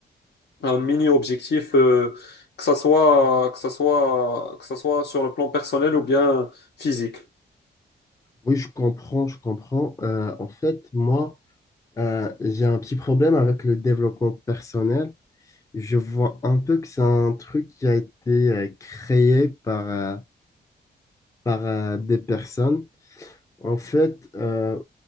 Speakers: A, on the left; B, on the left.
A: un mini objectif euh, que ça soit que ça soit que ça soit sur le plan personnel ou bien physique.
B: Oui, je comprends, je comprends. Euh, en fait, moi, euh, j'ai un petit problème avec le développement personnel. Je vois un peu que c'est un truc qui a été euh, créé par, euh, par euh, des personnes. En fait, euh,